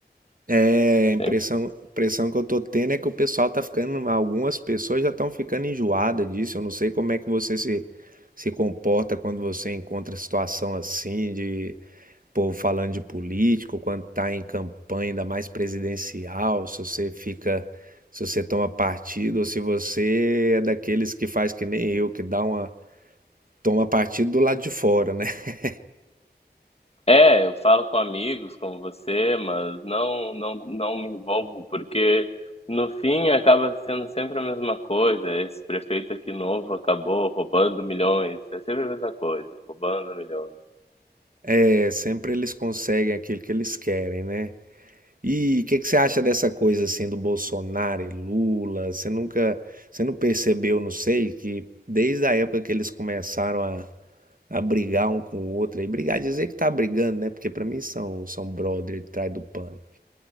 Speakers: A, on the right; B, on the left.
A: É, a impressão,
B: <laughs>
A: impressão que eu tô tendo é que o pessoal tá ficando, algumas pessoas já estão ficando enjoadas disso. Eu não sei como é que você se, se comporta quando você encontra situação assim de povo falando de político, quando tá em campanha, ainda mais presidencial, se você fica, se você toma partido ou se você é daqueles que faz que nem eu, que dá uma, toma partido do lado de fora, né? <laughs>
B: É, eu falo com amigos como você, mas não, não, não me envolvo, porque no fim acaba sendo sempre a mesma coisa. Esse prefeito aqui novo acabou roubando milhões. É sempre a mesma coisa, roubando milhões.
A: É, sempre eles conseguem aquilo que eles querem, né? E o que que você acha dessa coisa assim do Bolsonaro e Lula? Você nunca, você não percebeu, não sei, que desde a época que eles começaram a, a brigar um com o outro, e brigar, dizer que tá brigando, né? Porque pra mim são, são brother de trás do pano.